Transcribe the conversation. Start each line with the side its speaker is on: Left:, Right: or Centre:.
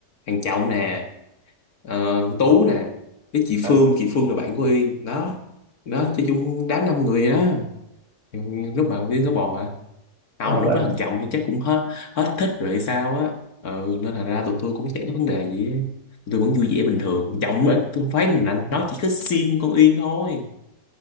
Left: thằng Trọng nè ờ, con Tú nè với chị
Right: à,
Left: Phương chị Phương là bạn của Uyên đó đó chơi chung đám năm người đó Ừ, lúc mà Uyên có bò hả không
Right: đúng
Left: mà lúc
Right: rồi.
Left: đó thằng Trọng thì chắc cũng hết hết thích rồi hay sao á ừ nên là ra tụi tôi cũng chẳng có vấn đề gì á. tụi tôi vẫn vui vẻ bình thường Trọng nữa tôi phải là nó chỉ có sim con Uyên thôi